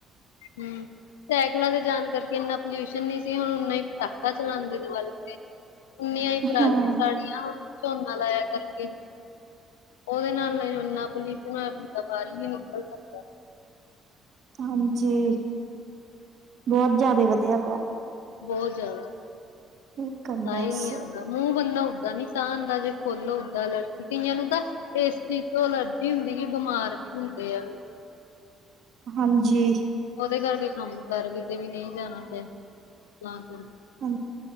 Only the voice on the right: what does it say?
ਹਾਂ
ਹਾਂਜੀ ਬੋਤ ਜਿਆਦਾ ਵਧੀਆ ਪਿਆ
ਠੀਕ ਆ
ਬਸ
ਹਾਂਜੀ
ਹ